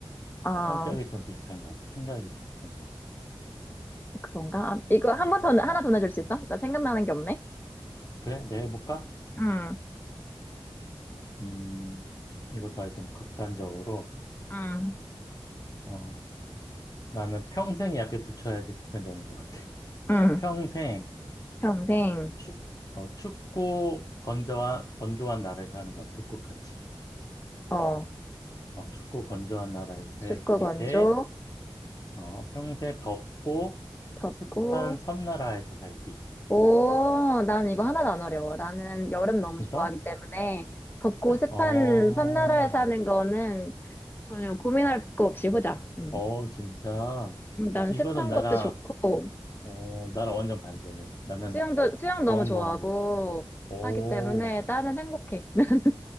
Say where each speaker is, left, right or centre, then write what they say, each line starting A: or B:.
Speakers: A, on the left; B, on the left.
A: 아,
B: 성격이 좀 비슷한가 봐. 생각이 비슷한가 봐.
A: 그런가? 아, 이거 한 번 더, 하나
B: 음,
A: 더 내줄 수 있어? 나 생각나는 게 없네?
B: 그래, 내가 해볼까?
A: 응,
B: 음, 이것도 아주 좀 극단적으로,
A: 응,
B: 어, 나는 평생이 앞에 붙여야지 극단적인 것 같아.
A: 응.
B: 평생
A: 평생,
B: 축, 어, 춥고 건조한, 건조한 나라에서 사는 거야. 북극같이.
A: 어,
B: 어, 춥고 건조한 나라에서 살기
A: 춥고 건조,
B: 대, 어, 평생 덥고
A: 덥고,
B: 습한 섬나라에서 살기.
A: 오, 난 이거 하나도 안 어려워. 나는 여름 너무
B: 진짜?
A: 좋아하기 때문에 덥고 습한
B: 어,
A: 섬나라에 사는 거는 전혀 고민할 거 없이 보자. 음.
B: 어, 진짜.
A: 음, 난
B: 이거는
A: 습한
B: 나랑,
A: 것도 좋고,
B: 어, 나랑 완전 반대네. 나는
A: 수영도, 수영
B: 더운
A: 너무 좋아하고
B: 거 못 참네. 오,
A: 하기 때문에 나는 행복해. <laughs>